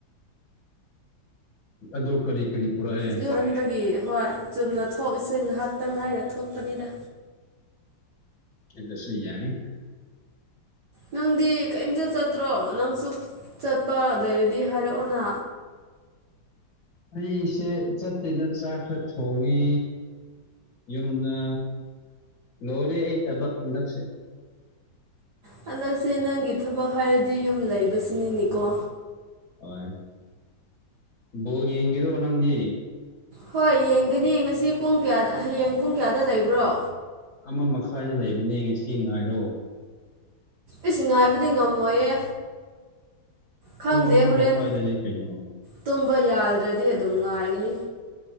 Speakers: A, on the left (about 85°); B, on the right (about 60°).
A: ꯑꯗꯨ ꯀꯔꯤ ꯀꯔꯤ ꯄꯨꯔꯛꯑꯦ
B: ꯒꯨꯢꯃꯥꯟꯕꯒꯤ ꯍꯣꯏ ꯆꯨꯝꯅ ꯊꯣꯛꯏꯁꯦ ꯉꯥꯏꯍꯥꯛꯇꯪ ꯍꯥꯏꯔ ꯊꯣꯛꯄꯅꯤꯗ
A: ꯀꯤꯗꯁꯨ ꯌꯥꯏ
B: ꯅꯪꯗꯤ ꯀꯔꯤꯝꯇ ꯆꯠꯇ꯭ꯔꯣ ꯅꯪꯁꯨ ꯆꯠꯄ ꯂꯩꯔꯗꯤ ꯍꯥꯏꯔꯛꯑꯣꯅ
A: ꯑꯩꯁꯦ ꯆꯠꯇꯦꯗ ꯆꯥꯛ ꯈꯔ ꯊꯣꯡꯉꯤ ꯌꯨꯝ ꯅ ꯂꯣꯏꯔꯦ ꯑꯩ ꯊꯕꯛ ꯍꯟꯗꯛꯁꯦ
B: ꯍꯟꯗꯛꯁꯦ ꯅꯪꯒꯤ ꯊꯕꯛ ꯍꯥꯏꯔꯗꯤ ꯌꯨꯝ ꯂꯩꯕꯁꯤꯅꯤꯅ‍ꯦꯀꯣ
A: ꯍꯣꯏ ꯕꯣꯜ ꯌꯦꯡꯒꯦꯔꯣ ꯅꯪꯗꯤ
B: ꯍꯣꯏ ꯌꯦꯡꯒꯅꯤ ꯉꯁꯤ ꯄꯨꯡ ꯀꯌꯥꯗ ꯍꯌꯦꯡ ꯄꯨꯡ ꯀꯌꯥꯗ ꯂꯩꯕ꯭ꯔꯣ
A: ꯑꯃ ꯃꯈꯥꯏꯗ ꯂꯩꯕꯅꯦ ꯉꯁꯤ ꯉꯥꯏꯔꯣ
B: ꯏꯁ ꯉꯥꯏꯕꯗꯤ ꯉꯝꯃꯣꯏꯌꯦ ꯈꯪꯗꯦ
A: ꯄꯨꯡ ꯑꯃ
B: ꯍꯣꯔꯦꯟ
A: ꯃꯈ꯭ꯋꯥꯏꯗꯅꯦ ꯀꯩꯅꯣ
B: ꯇꯨꯝꯕ ꯌꯥꯗ꯭ꯔꯗꯤ ꯑꯗꯨꯝ ꯉꯥꯏꯒꯅꯤ